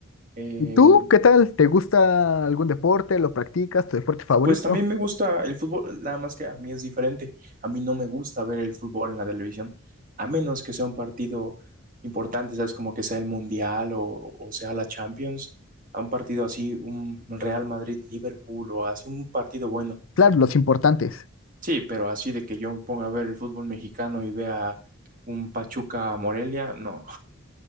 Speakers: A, on the right; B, on the left.
A: Em,
B: ¿Y tú qué tal? ¿Te gusta algún deporte? ¿Lo practicas? ¿Tu deporte favorito?
A: Pues también me gusta el fútbol, nada más que a mí es diferente. A mí no me gusta ver el fútbol en la televisión, a menos que sea un partido importante, ¿sabes? Como que sea el Mundial o, o sea la Champions, a un partido así, un Real Madrid-Liverpool o así, un partido bueno.
B: Claro, los importantes.
A: Sí, pero así de que yo me ponga a ver el fútbol mexicano y vea un Pachuca-Morelia, no.